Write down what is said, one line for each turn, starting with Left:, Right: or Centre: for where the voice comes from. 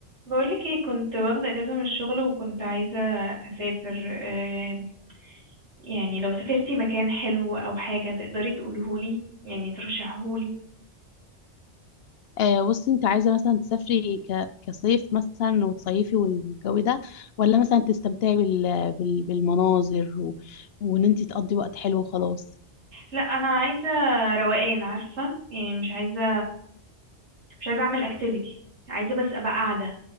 Right: بقولك ايه كنت واخدة اجازة من الشغل وكنت عايزة اسافر آم، يعني لو سافرتي مكان حلو او حاجة تقدري تقولهولي يعني ترشحهولي
Left: آه، بصي انت عايزه مثلا تسافري ك... كصيف مثلا وتصيفي والجو ده ولا مثلا تستمتعي بال... بال... بالمناظر و... وان انت تقضي وقت حلو وخلاص
Right: لا انا عايزة روقان عارفة يعني مش عايزة مش عايزة اعمل اكتيفيتي عايزة بس ابقى قاعدة